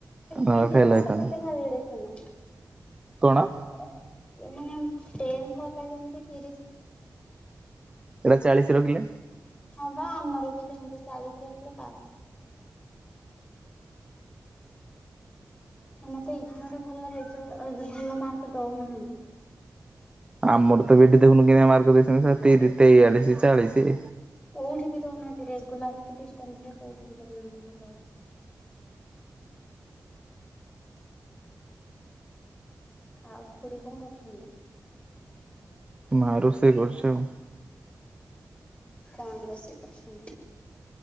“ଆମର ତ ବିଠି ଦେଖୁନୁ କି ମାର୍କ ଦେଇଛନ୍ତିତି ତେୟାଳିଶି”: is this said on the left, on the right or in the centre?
Right